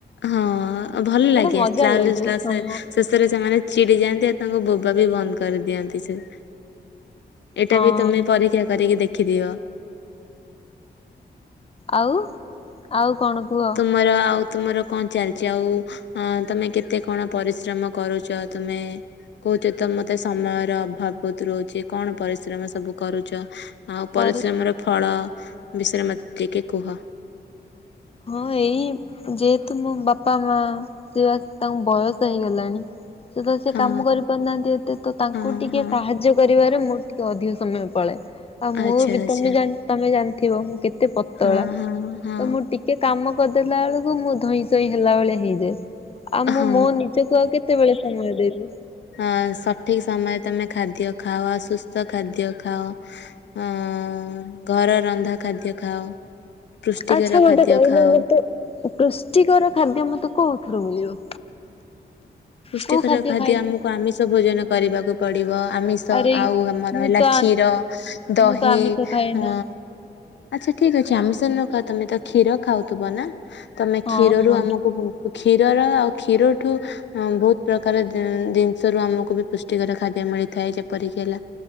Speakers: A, on the left; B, on the left.
A: ହଁ ଭଲ ଲାଗେ
B: ଗୋଟେ ମଜା
A: ସ୍ଲା
B: ଲାଗେ
A: ଲେ ସ୍ଲା ସେ
B: ହଁ
A: ସେସ୍। ସତରେ ସେମାନେ ଚିଡି ଯାଆନ୍ତି ଆଉ ତାଙ୍କ ବୋବା ବି ବନ୍ଦ କରିଦିଅନ୍ତି ସେ। ଏଇଟା
B: ହଁ
A: ବି ତମେ ପରୀକ୍ଷା କରିକି ଦେଖିଦିଅ।
B: ଆଉ ଆଉ କଣ କୁହ?
A: ମୋର ତୁମର ଆଉ ତୁମର କଣ ଚାଲିଛି ଆଉ ଅଁ ତମେ କେତେ କଣ ପରିଶ୍ରମ କରୁଚ ତମେ? କହୁଚ ତ ମତେ ସମୟର ଅଭାବ ବହୁତ ରହୁଛି କଣ ପରିଶ୍ରମ ସବୁ କରୁଚ। ଆଉ
B: ପରି
A: ପରିଶ୍ରମର ଫଳ ବିଷୟରେ ମତେ ଟିକେ କୁହ?
B: ହଁ ଏଇ ଯେହେତୁ ମୋ ବାପା ମାଁ ସେ ତାଙ୍କୁ ବୟସ ହେଇଗଲାଣି। ସେତଳେ ସେ
A: ହଁ
B: କାମ କରିପାରୁନାହାନ୍ତି ଏତେ ତ ତାଙ୍କୁ
A: ହଁ
B: ଟିକେ
A: ହଁ।
B: ସାହାଯ୍ୟ ସାହାଯ୍ୟ କରିବାରେ ମୋର ଟିକେ ଅଧିକ ସମୟ ପଳାଏ ଆଉ ମୁଁ
A: ଆଚ୍ଛା
B: ବି
A: ଆଚ୍ଛା
B: ତମେ ଜାଣ ତମେ ଜିଣିଥିବ ମୁଁ କେତେ ପତ
A: ହଁ
B: ତଳା
A: ହଁ ହଁ।
B: ତ ମୁଁ ଟିକେ କାମ କରିଦେଲା ବେଳକୁ ମୁଁ ଧଇଁ ସଇଁ ହେଲା ଭଳିଆ ହେଇଯାଏ। ଆଉ ମୁଁ
A: ହଁ
B: ମୋ ନିଜକୁ ଆଉ କେତେବେଳେ ସମୟ ଦେବି।
A: ଅଁ ସଠିକ୍ ସମୟରେ ତମେ ଖାଦ୍ୟ ଖାଅ ସୁସ୍ଥ ଖାଦ୍ୟ ଖାଅ। ଅଁ ଘର ରନ୍ଧା ଖାଦ୍ୟ ଖାଅ। ପୁଷ୍ଟିକର
B: ଆଚ୍ଛା ମୋତେ
A: ଖାଦ୍ୟ
B: କହିଲ
A: ଖାଅ
B: ମୋତେ ପୃଷ୍ଟିକର ଖାଦ୍ୟ ମତେ କୋଉଥିରୁ ମିଳିବ?
A: ପୁଷ୍ଟିକର
B: କୋଉ
A: ଖାଦ୍ୟ
B: ଖାଇଲେ
A: ଆମକୁ ଆମିଷ ଭୋଜନ କରିବାକୁ ପଡିବ ଆମିଷ ଷ
B: ଆରେ
A: ଆଉ ଆମର
B: ମୁଁ
A: ରହିଲା
B: ତ
A: କ୍ଷୀର ଦହି
B: ମୁଁ ତ ଆମିଷ ଖାଏ
A: ଅଁ
B: ନା।
A: ଆଚ୍ଛା ଠିକ ଅଛି ଆମିଷ ନ ଖାଅ ତମେ ତ କ୍ଷୀର ଖାଉଥିବ ନା ତମେ
B: ହଁ
A: କ୍ଷୀରରୁ
B: ହଁ
A: ଆମକୁ ବହୁତ କ୍ଷୀରର ଆଉ କ୍ଷୀରଠୁ ହଁ ବହୁତ ପ୍ରକାର ଦ ଦିନିଷ ରୁ ଆମକୁ ବି ପୁଷ୍ଟିକର ଖାଦ୍ୟ ମିଳିଥାଏ ଯେପରିକି ହେଲା